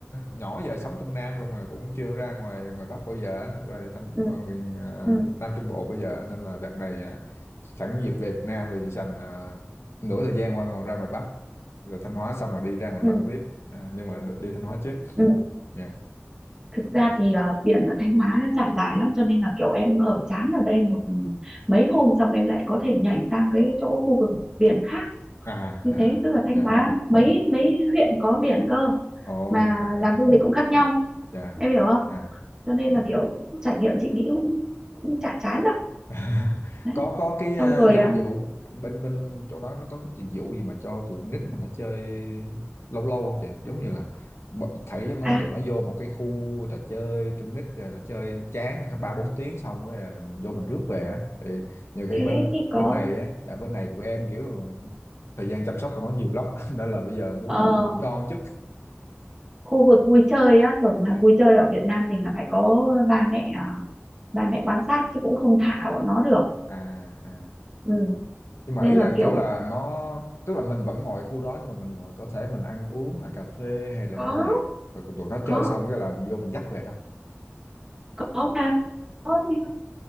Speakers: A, on the left; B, on the right.
A: nhỏ giờ sống trong Nam không mà cũng chưa ra ngoài ngoài Bắc bao giờ á. rồi thành
B: ừ
A: ngoài miền ờ,
B: ừ
A: Nam Trung Bộ bao giờ nên là đợt này ờ, sẵn dịp về Việt Nam thì dành ờ, nửa thời gian qua còn ra ngoài Bắc rồi Thanh Hóa xong rồi đi ra ngoài
B: ừ
A: Bắc tiếp à, nhưng mà đi Thanh Hóa trước
B: ừ
A: yeah.
B: thực ra thì ờ, biển ở Thanh Hóa nó trải dài lắm cho nên là kiểu em ở chán ở đây một ừ, mấy hôm xong em lại có thể nhảy sang cái chỗ khu vực biển khác
A: à
B: như
A: à
B: thế tức là Thanh
A: dạ
B: Hóa mấy mấy huyện có biển cơ
A: oh
B: mà
A: ok
B: làm du lịch cũng khác nhau
A: dạ
B: em hiểu không
A: dạ
B: cho nên là kiểu trải nghiệm chị nghĩ cũng, cũng chả chán đâu
A: <laughs>
B: đấy
A: có có cái ờ,
B: xong rồi
A: dịch
B: à,
A: vụ bên bên chỗ đó nó có cái dịch vụ gì mà cho tụi con nít mà nó chơi lâu lâu không chị giống như là bọn- thấy nó
B: à
A: tụi nó vô một cái khu trò chơi trong nít rồi nó chơi chán ba bốn tiếng xong rồi là mình vô mình rước về á thì nhiều
B: thế
A: khi bên
B: thì có
A: bên này á dạ, bên này tụi em kiểu thời gian chăm sóc của nó nhiều lắm <laughs> nên là bây giờ muốn
B: ờ,
A: tự do một chút
B: khu vực vui chơi á thường
A: Dạ.
B: là vui chơi ở Việt Nam mình là phải có ba mẹ à, ba mẹ quan sát chứ cũng không thả bọn nó được
A: à à
B: ừ.
A: nhưng mà
B: nên
A: ý là
B: là kiểu
A: kiểu là nó tức là mình vẫn ngồi khu đó nhưng mà mình ngồi có thể mình ăn uống là cà phê hay là
B: có
A: nghe nhạc rồi tụi nó
B: có
A: chơi xong cái là vô mình dắt về thôi
B: có mà có như